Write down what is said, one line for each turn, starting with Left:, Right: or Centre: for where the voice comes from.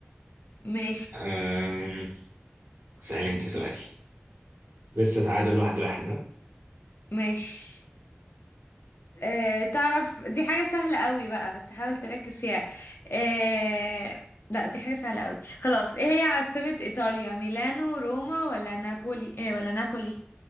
Left: ماشي
Right: أم... سألي أنت سؤال لسه تعادل واحد واحد ها؟
Left: ماشي آه تعرف دي حاجة سهلة قوي بقى بس حاول تركز فيها آه لا دي حاجة سهلة قوي خلاص ايه هي عاصمة إيطاليا ميلانو روما ولا نابولي ايه ولا نابولي